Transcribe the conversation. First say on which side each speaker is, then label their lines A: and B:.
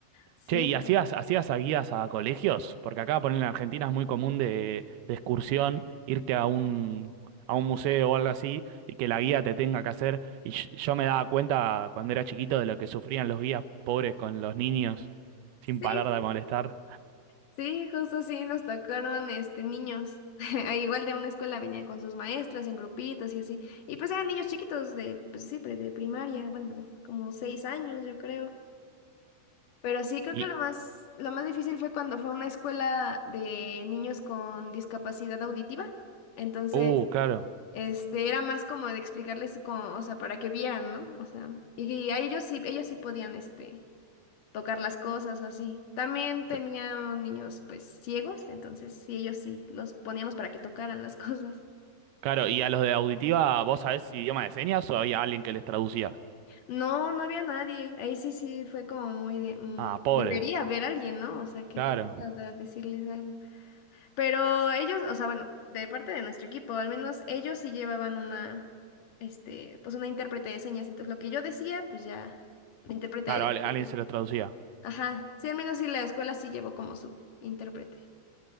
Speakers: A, on the left (about 60°); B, on the right (about 80°).
A: Sí,
B: Che, ¿y hacías, hacías a guías a colegios? Porque acá, por en Argentina es muy común de, de excursión irte a un, a un museo o algo así y que la guía te tenga que hacer. Y sh- yo me daba cuenta cuando era chiquito de lo que sufrían los guías pobres con los niños sin
A: sí,
B: parar de molestar.
A: sí, justo sí, nos tocaron este niños. <laughs> Ah, Igual de una escuela venían con sus maestras en grupitos y así. Y pues eran niños chiquitos de, pues sí, pre- de primaria, bueno, de como seis años, yo creo. Pero sí, creo
B: Y,
A: que lo más, lo más difícil fue cuando fue a una escuela de niños con discapacidad auditiva. Entonces,
B: uh, claro.
A: Este, era más como de explicarles como, o sea, para que vieran, ¿no? O sea, y, y a ellos sí, ellos sí podían, este, tocar las cosas o así. También tenían
B: c-
A: niños, pues, ciegos, entonces sí, ellos sí, los poníamos para que tocaran las <laughs> cosas.
B: Claro, ¿y a los de auditiva vos sabés si idioma de señas o había alguien que les traducía?
A: No, no había nadie. Ahí sí, sí, fue como muy de, mm,
B: Ah, pobres.
A: debería haber alguien, ¿no? O sea, que
B: Claro,
A: pudiera da- decirles algo. Pero ellos, o sea, bueno, de parte de nuestro equipo, al menos ellos sí llevaban una, este, pues una intérprete de señas. Entonces lo que yo decía, pues ya, la intérprete
B: claro,
A: de la
B: al-
A: escuela.
B: alguien se los traducía.
A: Ajá, sí, al menos sí la escuela sí llevó como su intérprete.